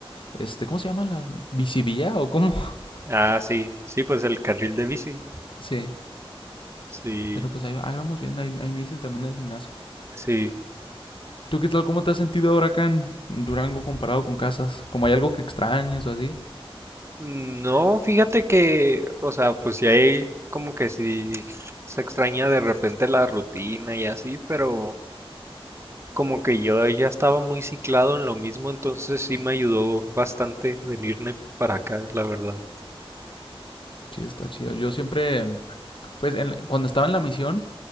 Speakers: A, on the left; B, on the right.
A: este, ¿cómo se llama? La bicivía o cómo. <laughs>
B: Ah, sí, sí, pues el carril de bici.
A: Sí,
B: Sí,
A: pero pues ahí, va- ahí vamos viendo, ahí, ahí me dicen también del gimnasio.
B: sí.
A: ¿Tú qué tal, cómo te has sentido ahora acá en en Durango comparado con Casas? ¿Como hay algo que extrañes o así?
B: No, fíjate que, o sea, pues sí hay como que sí se extraña de repente la rutina y así, pero como que yo ya estaba muy ciclado en lo mismo, entonces sí me ayudó bastante venirme para acá, la verdad.
A: Sí, está chido. Yo siempre, pues en la- cuando estaba en la misión,